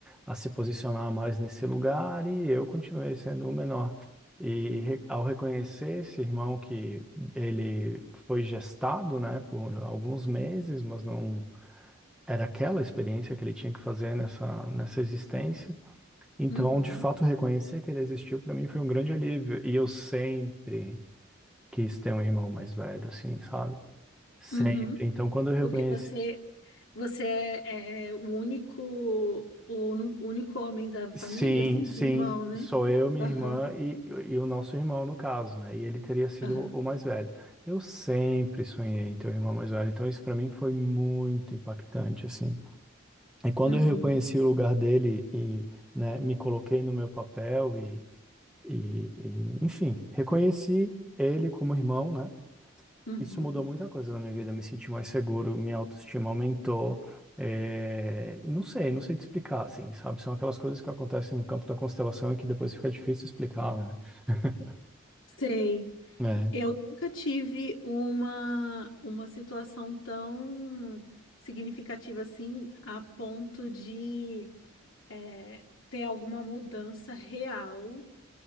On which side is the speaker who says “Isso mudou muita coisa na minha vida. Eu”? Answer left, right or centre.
Centre